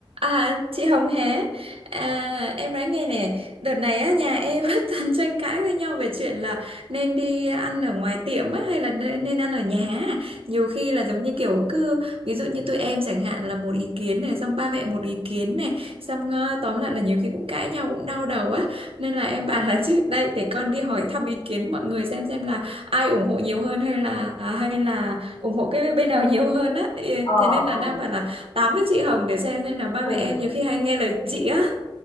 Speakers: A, on the right; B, on the left.
A: À, chị Hồng hé à, em nói nghe nè đợt này á nhà em <laughs> rất toàn tranh cãi với nhau về chuyện là nên đi ăn ở ngoài tiệm á hay là nên, nên ăn ở nhà á. nhiều khi là giống như kiểu cứ ví dụ như tụi em chẳng hạn là một ý kiến này xong ba mẹ một ý kiến này xong ờ, tóm lại là nhiều khi cũng cãi nhau cũng đau đầu á nên là em bảo là <laughs> chứ đây để con đi hỏi thăm ý kiến mọi người xem xem là ai ủng hộ nhiều hơn hay là hay là ủng hộ cái bên nào nhiều hơn á Ừ,
B: Ờ,
A: thế nên là
B: ờ,
A: đang bảo là tám với chị Hồng để xem xem nào ba
B: ừm.
A: mẹ em nhiều khi hay nghe lời chị á